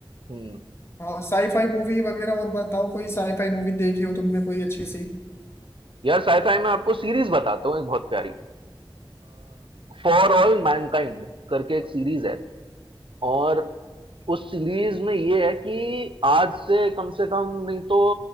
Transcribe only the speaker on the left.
हाँ साईफाई मूवी वगैरह और बताओ कोई साईफाई मूवी देखी हो तुमने कोई अच्छी सी